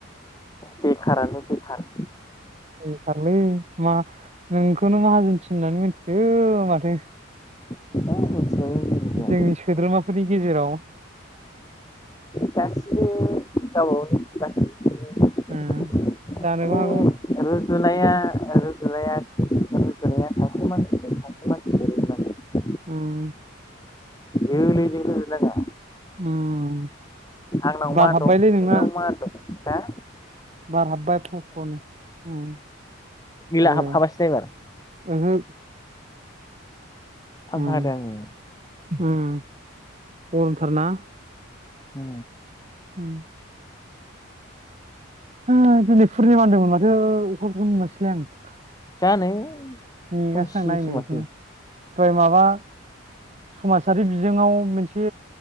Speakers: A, on the left; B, on the right.
A: बेेखारानो बेेखार
B: बेखारलै मा नोंखौनो माहाजोन सिन होननानै मिथियो माथो।
A: है मिथिनानै
B: जोंनि सोद्रोमाफोरनि गेजेराव
A: गासिबो गावबा गावनिसोबा।
B: उम जानोबो
A: <inaudible> माने
B: हागौ
A: रुजुनाया रुजुनाया रुजुनाया सासे मानसि सासे मानसिजों <unintelligible>
B: उम
A: गोरलैजों रुजुनाङा।
B: उम <inaudible>
A: आंनाव
B: बार
A: मा
B: हाबबायलै
A: दं
B: नोंना।
A: नोंनाव मा दं हा
B: बार हाबबाय फ फनो। उम
A: गैला
B: ओ
A: <unintelligible> एबार
B: ओहो
A: फांखा
B: उम
A: होदों आङो
B: उम गरमथार ना?
A: औ
B: हुम हो दिनै पुर्निमा होनदोंमोन माथो अखाफोरखौनो नुवासैलाय आङो।
A: जानो
B: नेगासिनों
A: खोमसिसो
B: नायनो
A: माथो
B: बेखौनो दहय माबा समाजारि बिजोङाव मोनसे